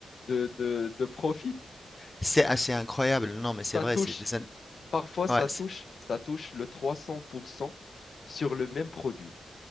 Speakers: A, on the left (about 65°); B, on the left (about 25°).
A: de, de, de profit?
B: c'est assez incroyable. Non, mais
A: Ça
B: c'est vrai,
A: touche,
B: c'est des, in-
A: parfois ça
B: ouais, c'est-
A: touche, ça touche le 300% sur le même produit.